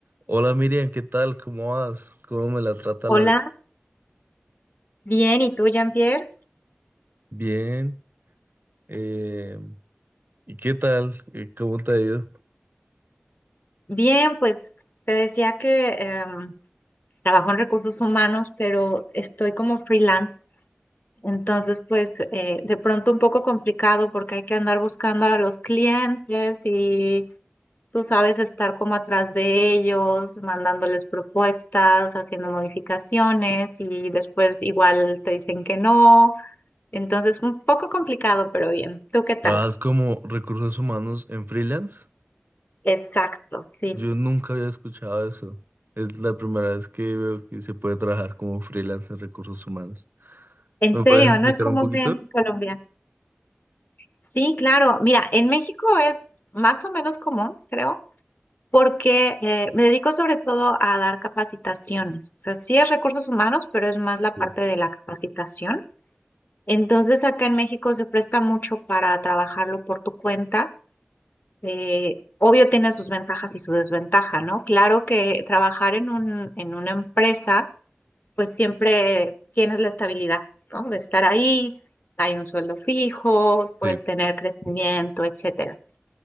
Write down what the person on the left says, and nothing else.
Hola,
bien, ¿y tú, Jean-Pierre?
Bien, pues te decía que em, trabajo en recursos humanos, pero estoy como freelance, entonces pues eh, de pronto un poco complicado porque hay que andar buscando a los clientes y tú sabes estar como atrás de ellos, mandándoles propuestas, haciendo modificaciones y después igual te dicen que no, entonces un poco complicado, pero bien. ¿Tú qué tal?
Exacto, sí.
En
serio,
no es común
en Colombia. Sí, claro. Mira, en México es más o menos común, creo, porque eh, me dedico sobre todo a dar capacitaciones. O sea, sí es recursos humanos, pero es más la
parte de la capacitación. Entonces, acá en México se presta mucho para trabajarlo por tu cuenta. Eh, obvio tiene sus ventajas y su desventaja, ¿no? Claro que trabajar en un, en una empresa pues siempre tienes la estabilidad, ¿no? De estar ahí, hay un sueldo fijo, puedes
tener crecimiento, etcétera.